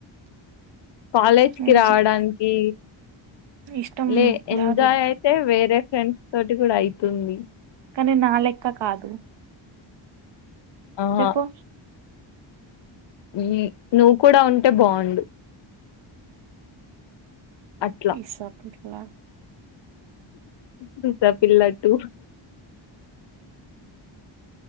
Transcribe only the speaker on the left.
కాలేజ్ కి
రావడానికి
లే ఎంజాయ్
అయితే వేరే ఫ్రెండ్స్ తోటి కూడా అయితుంది
ఆహా
ఈ నువ్వు కూడా ఉంటే బాగుండు అట్లా
దూస పిల్లా టూ